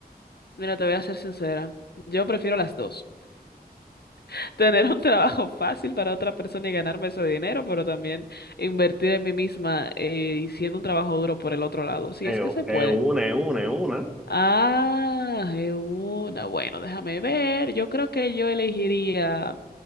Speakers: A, on the left; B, in the centre.
A: mira, te voy a ser sincera. Yo prefiero las dos. <laughs> Tener un trabajo fácil para otra persona y ganarme ese dinero, pero también invertir en mí misma eh, y siendo un trabajo duro por el otro lado, si
B: Es
A: es que se puede.
B: es una, es una, es una.
A: Ah, es una. Bueno, déjame ver. Yo creo que yo elegiría.